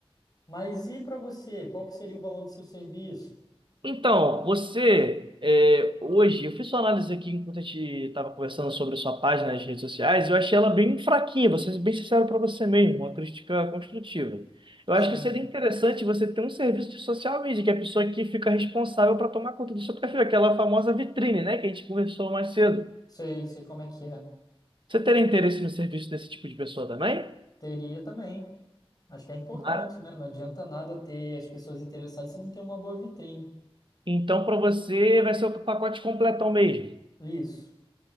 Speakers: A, on the left (about 40°); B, on the right (about 55°).
A: Mas e para você? Qual que seria o valor do seu serviço?
B: Então, você, é, hoje, eu fiz sua análise aqui enquanto a gente estava conversando sobre a sua página nas redes sociais, eu achei ela bem fraquinha, vou ser bem sincero para você mesmo, uma crítica construtiva. Eu
A: Sim,
B: acho que seria interessante você ter um serviço de social media, que é a pessoa que fica responsável para tomar conta do seu perfil, aquela famosa vitrine, né, que a gente conversou mais cedo.
A: sei, sei como é que é.
B: Você teria interesse no serviço desse tipo de pessoa também?
A: Teria também. Acho que é importante,
B: Mara-
A: né? Não adianta nada ter as pessoas interessadas se não tem uma boa vitrine.
B: Então, para você, vai ser o pacote completão mesmo.
A: Isso.